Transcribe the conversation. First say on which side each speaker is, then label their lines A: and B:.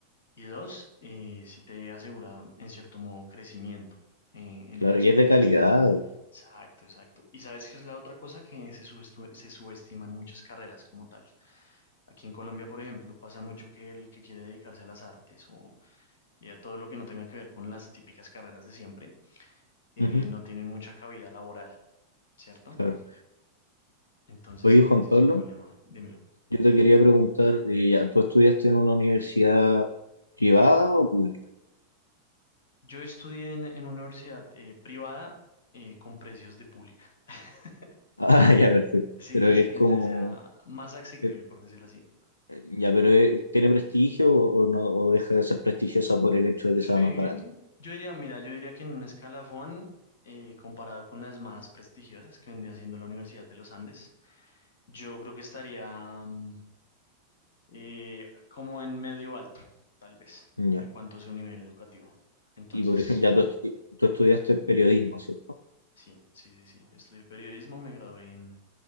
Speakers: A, on the left (about 55°); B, on the left (about 80°).
A: Y dos, eh, si te asegura en cierto modo crecimiento eh, en
B: claro,
A: lo que estudiaste.
B: y es de calidad.
A: Exacto, exacto. Y sabes que es la otra cosa que se, subestu- se subestiman muchas carreras como tal. Aquí en Colombia, por ejemplo, pasa mucho que el que quiere dedicarse a las artes o y a todo lo que no tenga que ver con las típicas carreras de siempre, eh,
B: Ujú,
A: no tienen mucha cabida laboral, ¿cierto?
B: claro.
A: Entonces,
B: Oye,
A: e-
B: Juan
A: ese
B: Pablo.
A: es un problema. Dímelo.
B: Yo te quería preguntar, eh, ya, ¿tú estudiaste en una universidad privada o pública? <laughs>
A: Yo estudié en, en una universidad eh, privada eh, con precios de pública. <laughs>
B: Ah, ya, perfecto.
A: Sí,
B: Pero
A: sí,
B: es
A: sí. Entonces
B: como,
A: era más asequible,
B: eh,
A: por decirlo así.
B: eh, ya, pero eh, ¿tiene prestigio o, o no, o deja de ser prestigiosa por el hecho de
A: Sí.
B: que sea más barata?
A: Yo diría, mira, yo diría que en un escalafón, eh, comparado con las más prestigiosas que vendría siendo la Universidad de los Andes, yo creo que estaría mm, eh, como en medio alto, tal vez,
B: Ya.
A: en cuanto a su nivel educativo. Entonces,
B: Y por ejemplo, ya tú, estu- tú estudiaste periodismo, ¿cierto?
A: sí, sí, sí, sí. Yo estudié periodismo, me gradué mm,